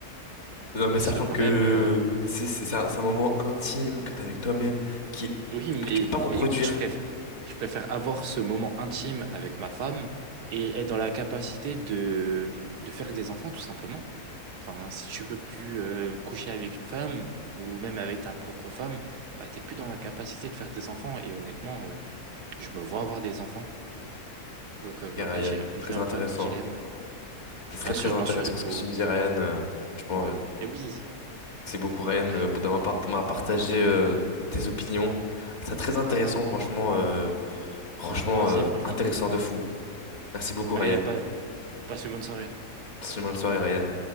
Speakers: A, on the left; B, on the right.
A: Non, mais
B: Parce
A: sachant
B: que quand
A: que
B: même, euh,
A: c'est c'est- c'est un, c'est un moment intime que t'as avec toi-même qui
B: oui, mais,
A: que tu peux pas reproduire.
B: mais écoute, je préfère, je préfère avoir ce moment intime avec ma femme et être dans la capacité de, de faire des enfants, tout simplement. Enfin, si tu peux plus euh, coucher avec une femme ou même avec ta propre femme, bah, t'es plus dans la capacité de faire des enfants. Et honnêtement, euh, je me vois avoir des enfants. Donc euh, voilà,
A: Et Ryan,
B: j'ai répondu
A: très
B: un
A: intéressant.
B: peu à ton dilemme.
A: C'est très
B: Bien
A: très
B: sûr,
A: intéressant
B: bien sûr, il faut...
A: ce que tu me dis, Ryan. euh, franchement, euh,
B: Et oui,
A: c'est beaucoup, Ryan,
B: bah,
A: euh, d'avoir par- d'avoir partagé euh, tes opinions. C'est très intéressant,
B: t'as-
A: franchement, euh, franchement
B: moi aussi,
A: euh,
B: franchement.
A: intéressant de fou. Merci beaucoup,
B: Allez,
A: Ryan.
B: pa- passe une bonne soirée.
A: Passe une bonne soirée, Ryan.